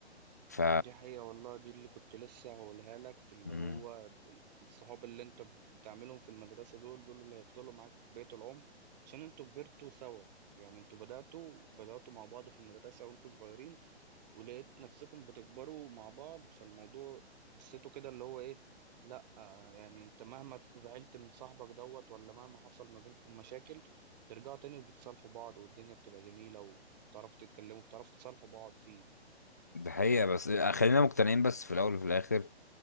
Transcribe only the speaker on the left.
ف
مم.
ده حقيقة بس آه، خلينا مقتنعين بس في الأول وفي الآخر